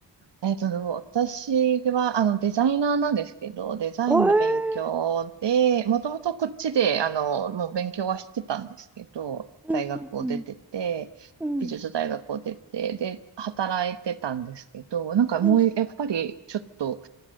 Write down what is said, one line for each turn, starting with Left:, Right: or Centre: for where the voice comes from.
Right: えっと、私は、あの、デザイナーなんですけど、デザインの勉強で、
Centre: えー
Right: もともとこっちで、あの、もう勉強はしてたんですけど、
Centre: うんうん
Right: 大学を出てて、
Centre: うん
Right: 美術大学を出て、で、働いてたんですけど、なんかもう、
Centre: うん
Right: やっぱり、ちょっと、